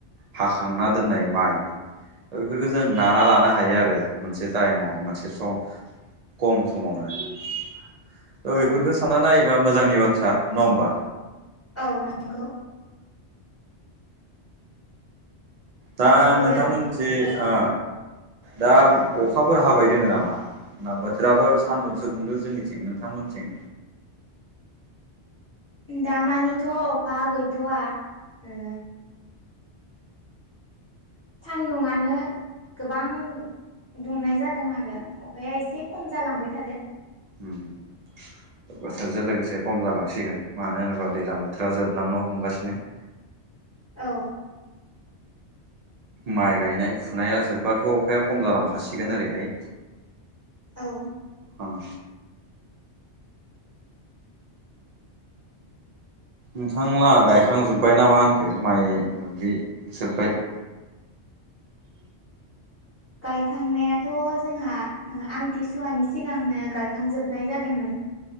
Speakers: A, on the right; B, on the left.
A: हाखांना दोननाय माइ ओ इफोरखो जों नाना लानो हायो <unintelligible> <unintelligible> मोनसे टाइमाव मोनसे स कम समावनो त'
B: औ
A: बेफोरखो सानना नायोबा मोजांनि बाथ्रा न <unintelligible> ओमबा
B: औ नंगौ।
A: दा
B: आरो
A: नोंथांमोनथि
B: औ
A: ओ दा अखाफोर हाबाय दोङो नामा? ना बोथोराबो सान्दुंसो दुंदों जोंनिथिं नोंथांमोनथिं
B: दामानिथ' अखा गैथ'वा ओ सान्दुंङानो गोबां दुंनाय जादों आरो अखाया एसे खम जालांबाय थादो।
A: उम उम बोथारजों लोगोसे खम जालांसिगोन मानो होनोबा दैलां बोथोरा जोबलांनो हमगासिनो <inaudible>
B: औ
A: माइ गायनाय फुनाया जोब्बाथ' अखाया कम जालांखासिगोन ओरैहाय
B: औ
A: ओं नोंथांलाङा गायखांजोब्बाय नामा होनखो माइ दुब्लि जोब्बाय <inaudible>
B: गायखांनायाथ' जोंहा ओ आमथिसुवानि सिगांनो गायखांजोबनाय जादोंमोन।